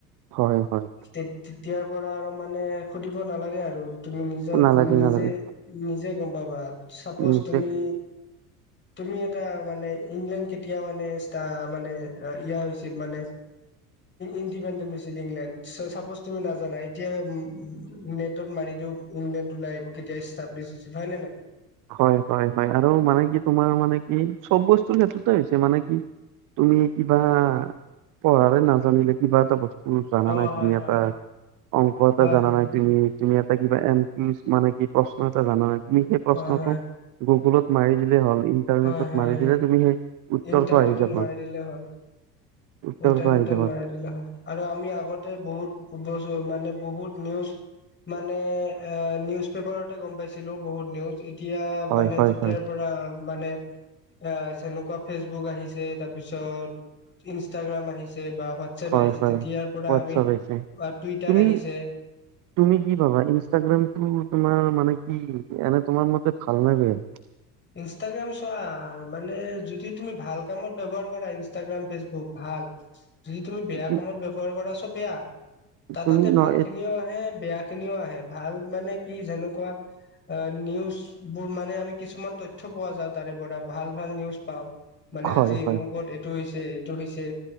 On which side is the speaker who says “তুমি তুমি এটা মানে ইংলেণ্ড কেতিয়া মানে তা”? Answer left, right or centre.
Left